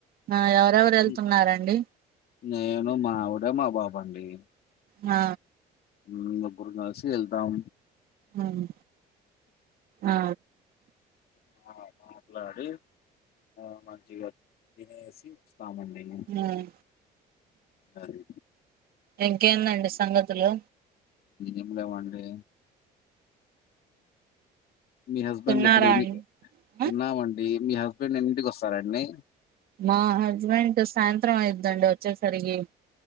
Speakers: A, on the right (about 60°); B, on the left (about 65°).
A: ఆ ఎవరెవరు వెళ్తున్నారంండి
B: హ్మ్. నేను మావిడ మా బాబు అండి
A: ఆ
B: ఉమ్ ఒక్కరోజు రాశి వెళ్దాం
A: ఉమ్ ఆ
B: మా మాట్లాడి ఆ మంచిగా తినేసి వెళ్తామండి మేము
A: ఉమ్
B: అది
A: ఇంకేందండి సంగతులు
B: ఏం లేవండి మీ హస్బెండ్
A: తిన్నారా
B: ఇప్పుడు ఎన్ని
A: అండి ఆ
B: తిన్నామండి మీ హస్బెండ్ ఎన్నింటికి వస్తారండి
A: మా హస్బెండ్ సాయంత్రం అయిద్దండి వచ్చేసరికి